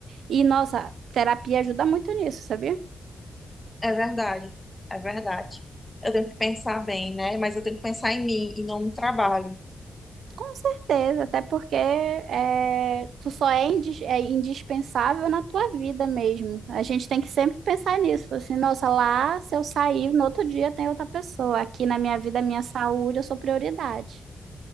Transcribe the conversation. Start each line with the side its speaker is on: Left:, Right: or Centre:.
Right: E, nossa, terapia ajuda muito nisso, sabia?
Left: É verdade, é verdade. Eu tenho que pensar bem, né? Mas eu tenho que pensar em mim e não no trabalho.
Right: Com certeza, até porque é, tu só é, indis- é indispensável na tua vida mesmo. A gente tem que sempre pensar nisso. Falar Assim, nossa, lá se eu sair, no outro dia tem outra pessoa. Aqui na minha vida, minha saúde, eu sou prioridade.